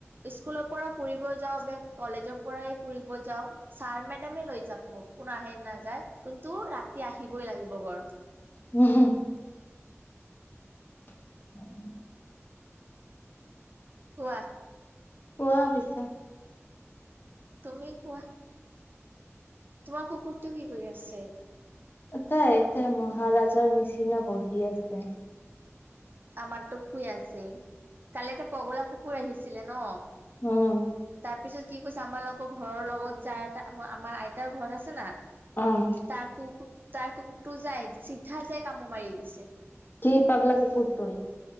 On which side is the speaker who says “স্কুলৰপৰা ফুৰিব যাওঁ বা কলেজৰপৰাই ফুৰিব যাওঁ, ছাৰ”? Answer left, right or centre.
Right